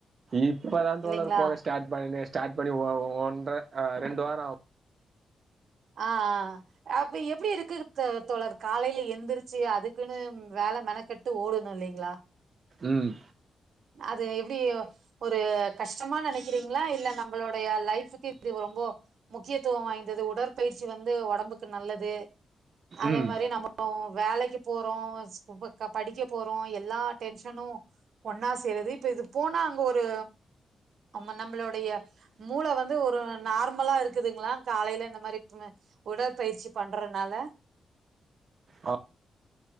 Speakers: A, on the right; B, on the right.
A: இப்பதா
B: இல்லைங்களா
A: தோழர் போக ஸ்டார்ட் பண்ணணே ஸ்டார்ட் பண்ணி ஒன்ற ரெண்டு வாரோ ஆ
B: அ ஆ அப்ப எப்டி இருக்குர்க்கு தோழர் காலையில எந்திருச்சு அதுக்குன்னு வேல மெனக்கெட் டு ஓடனு இல்லைங்ளா
A: ம்
B: அது எப்டியோ ஒரு கஷ்டமா நெனைக்கிறீங்ளா இல்ல நம்மளோடைய லைஃப்க்கு இது ரொம்போ முக்கியத்துவோ வாய்ந்தது உடற்பயிற்சி வந்து ஒடம்புக்கு நல்லது அத
A: ம்
B: மாரி நம்ம வேலைக்கு போறோ படிக்க போறோ எல்லா டென்ஷனு ஒன்னா சேருது இப்ப இது போனா அங்க ஒரு நம்ம நம்மளுடைய மூள வந்து ஒரு நார்மலா இருக்குதுங்களா காலையில இந்த மாரி உடற்பயிற்சி பண்றனால
A: ஆ